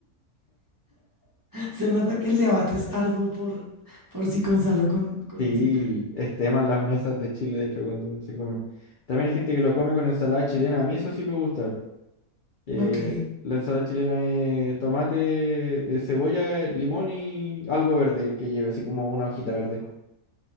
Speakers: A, on the right; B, on the left.
A: <laughs> Se nota que el debate es arduo por, por si con sal o con, con
B: Sí,
A: azúcar.
B: esteman las mesas de Chile, de hecho, cuando se come. También hay gente que lo come con ensalada chilena. A mí eso sí me gusta. que
A: Ok.
B: la ensalada chilena es tomate, eh, cebolla, eh, limón y algo verde que lleve, así como una hojita verde.